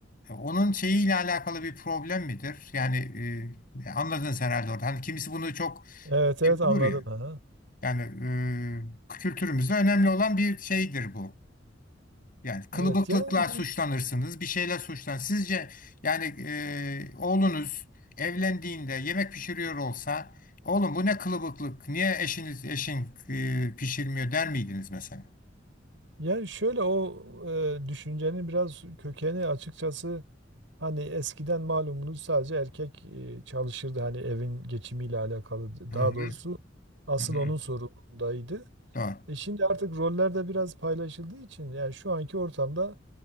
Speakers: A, on the left; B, on the right.
A: e, onun şeyiyle alakalı bir problem midir? Yani e, anladınız herhalde orada. Hani kimisi bunu çok
B: Evet evet
A: şey bulur
B: anladım
A: ya.
B: ha.
A: Yani e, kültürümüzde önemli olan bir şeydir bu. Yani kılıbıklıkla
B: Evet yani
A: suçlanırsınız,
B: bir-
A: bir şeyler suçlan. Sizce yani e, oğlunuz evlendiğinde yemek pişiriyor olsa, oğlum bu ne kılıbıklık, niye eşiniz eşin e, pişirmiyor der miydiniz mesela?
B: yani şöyle o e, düşüncenin biraz kökeni açıkçası hani eskiden malumunuz sadece erkek e, çalışırdı hani evin geçimiyle alakalı
A: Hı
B: daha
A: hı.
B: doğrusu asıl
A: Hı hı.
B: onun sorumluluğundaydı.
A: Doğru.
B: E şimdi artık roller de biraz paylaşıldığı için yani şu anki ortamda